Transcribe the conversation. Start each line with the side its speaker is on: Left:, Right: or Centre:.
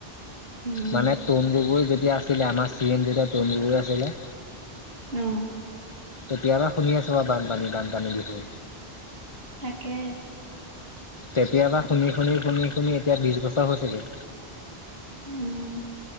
Right: উম।
Left: মানে তৰুণ গগৈ যেতিয়া আছিলে আমাৰ চি এম যেতিয়া তৰুণ গগৈ আছিলে
Right: অ'।
Left: তেতিয়াৰপৰা শুনি আছো মই বানপানী বানপানী বুলি।
Right: তাকে।
Left: তেতিয়াৰ পৰা শুনি শুনি শুনি শুনি এতিয়া বিশ বছৰ হৈছেগে।
Right: উম।